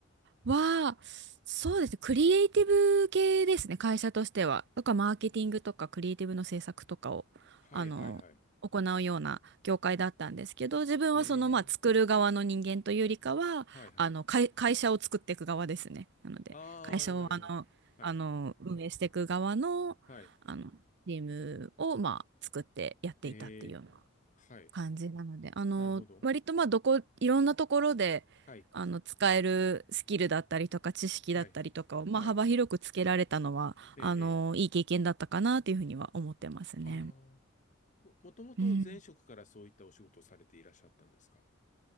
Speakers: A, on the right (about 55°); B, on the left (about 40°).
A: は、そうですね。クリエイティブ系ですね。会社としては。とか、マーケティングとか、クリエイティブの制作とかを、
B: はいはいはい。
A: あの、行うような業界だったんですけど、自分はその、
B: へえ、
A: まあ、作る側の人間というよりかは、
B: はいはい。
A: あの、会、会社を作っていく側ですね。なので、
B: ああ、
A: 会社を、
B: なるほど。
A: あの、
B: はい、
A: あの、運営していく側の、
B: はい。
A: あの、チームを、まあ、作ってやっていたっていうよう
B: ええ、はい。
A: 感じなので、あの、
B: なるほど。
A: 割とまあどこ、いろんなところで、
B: はい、
A: あの、使えるスキルだったりとか知識だったりとかを、
B: はい、
A: まあ幅広くつけられたのは、
B: はい。ええ、
A: あの、
B: ええ。
A: いい経験だったかなというふうには思ってますね。
B: ああ、も、もともと前職からそういったお仕事をされていらっしゃったんですか
A: うん。